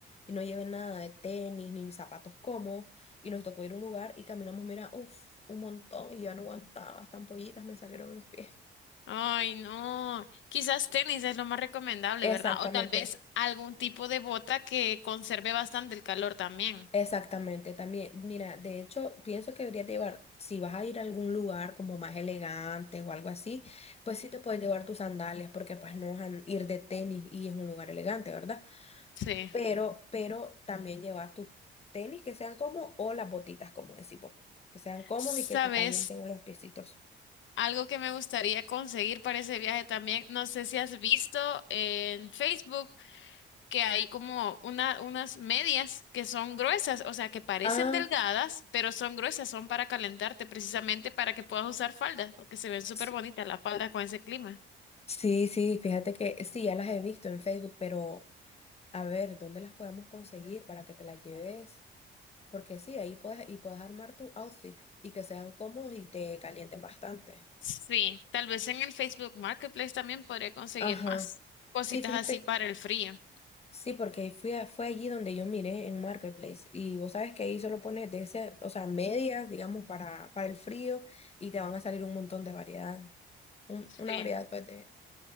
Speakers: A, on the left; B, on the left.
A: Y no llevé nada de tenis ni zapatos cómodos. Y nos tocó ir a un lugar y caminamos, mira, uff, un montón. Y yo no aguantaba, hasta ampollitas me salieron en los pies.
B: Ay, no. Quizás tenis es lo más recomendable,
A: Exactamente.
B: ¿verdad? O tal vez algún tipo de bota que conserve bastante el calor también.
A: Exactamente, también, mira, de hecho, pienso que deberías llevar, si vas a ir a algún lugar como más elegante o algo así, pues sí te puedes llevar tus sandalias, porque pues no vas a ir de tenis y es un lugar elegante, ¿verdad?
B: Sí.
A: Pero, pero también lleva tus tenis que sean cómodos o las botitas, como decimos, que sean cómodos
B: ¿Sabes?
A: y que te calienten los piecitos.
B: Algo que me gustaría conseguir para ese viaje también, no sé si has visto en Facebook que hay como una, unas medias que son gruesas, o sea, que parecen
A: Ah,
B: delgadas, pero son gruesas, son para calentarte precisamente para que puedas usar falda, porque se ven súper
A: sí,
B: bonitas las faldas con ese clima.
A: sí, sí, fíjate que sí, ya las he visto en Facebook, pero a ver, ¿dónde las podemos conseguir para que te las lleves? Porque sí, ahí puedes, y puedes armar tu outfit y que sean cómodos y te calienten bastante.
B: Sí, tal vez en el Facebook Marketplace también podría conseguir
A: Ajá.
B: más cositas
A: Sí, fíjate,
B: así para el frío.
A: sí, porque fui a- fue allí donde yo miré en Marketplace y vos sabes que ahí solo pones de ese, o sea, medias, digamos, para, para el frío y te van a salir un montón de variedad. Un-
B: Sí,
A: una variedad, pues, de...